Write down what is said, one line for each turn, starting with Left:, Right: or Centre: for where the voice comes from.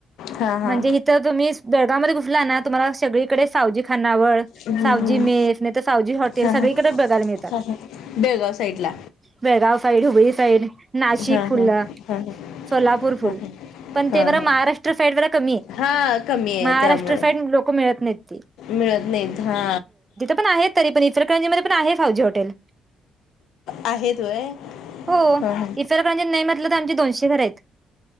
Left: हा हा
Right: म्हणजे तर तुम्ही बेळगाव मध्ये घुसला ना तुम्हाला सगळीकडे सावजी खानावळ.
Left: हम्म,
Right: सावजी
Left: हम्म.
Right: मेस नाहीतर सावजी हॉटेल
Left: हा
Right: सगळीकडे
Left: हा
Right: बघायला मिळतात.
Left: हा हा बेळगाव साईडला
Right: बेळगाव साईड हुबळी साईड नाशिक
Left: हा
Right: फुललं
Left: हा हा हा
Right: सोलापूर फुल
Left: हा
Right: पण
Left: हा
Right: ते
Left: हा
Right: महाराष्ट्र साईड जरा.
Left: हा कमी आहे
Right: महाराष्ट्र
Left: त्यामुळे
Right: साईड लोक मिळत नाही
Left: मिळत नाहीत हा
Right: पण आहेत तरी पण इफरकरंजीमध्ये पण आहे फाजी हटेल
Left: आहेत. वय
Right: हो
Left: हा हा
Right: इफर खज नाही म्हटलं तर आमचे दोनशे घर आहेत